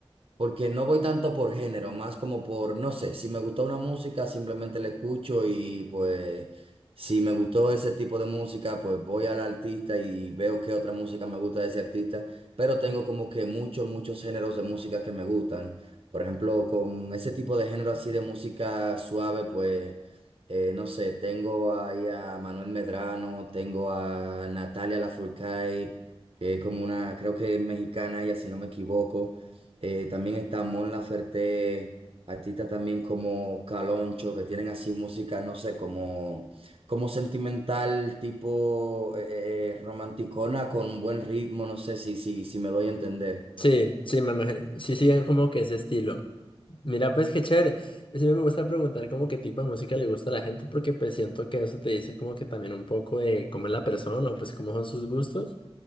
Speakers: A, on the right; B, on the left.
A: Porque no voy tanto por género, más como por, no sé, si me gustó una música, simplemente la escucho y pues si me gustó ese tipo de música, pues voy al artista y veo qué otra música me gusta de ese artista, pero tengo como que muchos, muchos géneros de música que me gustan. Por ejemplo, con ese tipo de género así de música suave, pues, eh, no sé, tengo ahí a Manuel Medrano, tengo a Natalia Lafourcade, que es como una, creo que es mexicana ella, si no me equivoco. Eh, también está Mon Laferte, artistas también como Caloncho, que tienen así música, no sé, como, como sentimental, tipo eh, eh, eh, romanticona con buen ritmo, no sé si, si, si me doy a entender.
B: Sí, sí, me imagino. Sí, siguen como que ese estilo. Mira, pues qué chévere. Siempre me gusta preguntar como qué tipo de música le gusta a la gente, porque pues siento que eso te dice como que también un poco de cómo es la persona o pues cómo son sus gustos.